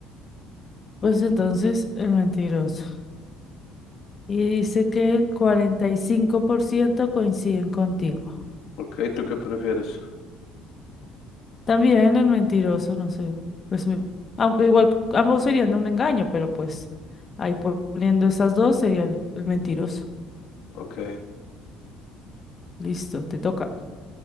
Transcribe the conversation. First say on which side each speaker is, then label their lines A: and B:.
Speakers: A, on the left; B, on the left.
A: Pues
B: O-
A: entonces, el mentiroso. Y dice que el 45% coinciden contigo.
B: Ok, ¿tú qué prefieres?
A: También el mentiroso, no sé. Pues, me- aunque igual ambos serían de un engaño, pero pues ahí poniendo esas dos sería el, el mentiroso.
B: Ok.
A: Listo, te toca.